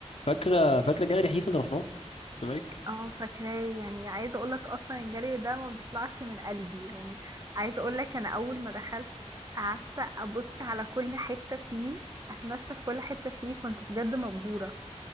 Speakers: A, on the left; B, on the right.
A: فاكرة فاكرة جاليري حيفا اللي رحناه الزمالك
B: اه فاكراه يعني عايزه اقول لك اصلا الجري ده ما بيطلعش من قلبي يعني عايزه اقول لك انا اول ما دخلت قعدت ابص على كل حته فيه اتمشى في كل حته فيه كنت بجد مبهوره